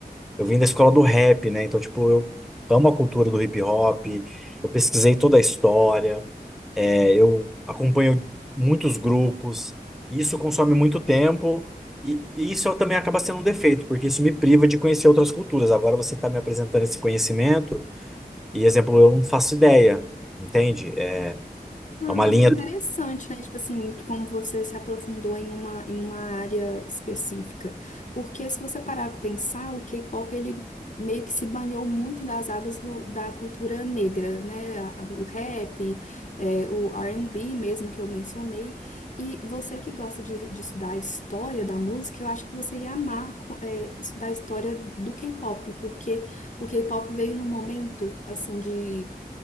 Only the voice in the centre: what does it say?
eu vim da escola do rap, né? Então, tipo, eu amo a cultura do hip hop, eu pesquisei toda a história, é, eu acompanho muitos grupos, e isso consome muito tempo. E e isso eu também acaba sendo um defeito, porque isso me priva de conhecer outras culturas. Agora você está me apresentando esse conhecimento. E exemplo, eu não faço ideia, entende? É
é uma
linha.